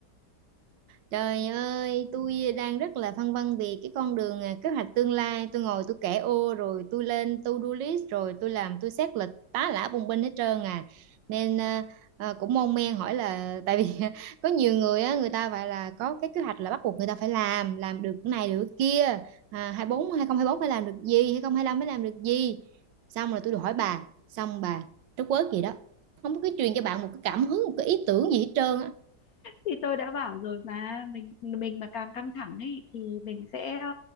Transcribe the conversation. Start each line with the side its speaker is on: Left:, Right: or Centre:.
Right: Trời ơi, tôi đang rất là phân vân về cái con đường à, kế hoạch tương lai. Tôi ngồi tôi kẻ ô rồi tôi lên to-do list rồi tôi làm tôi xét lịch tá lả bùng binh hết trơn à. Nên à, à, cũng mon men hỏi là tại vì <laughs> có nhiều người á người ta phải là có cái kế hoạch là bắt buộc người ta phải làm, làm được cái này được cái kia. À, 24 bốn hai không hai bốn phải làm được gì, hai không hai lăm phải làm được gì. Xong rồi tôi được hỏi bà, xong bà trất quớt gì đó. Không có cái truyền cho bạn một cái cảm hứng, một cái ý tưởng gì hết trơn á.
Left: thì tôi đã bảo rồi mà mình mình mà càng căng thẳng ấy thì mình sẽ ờ,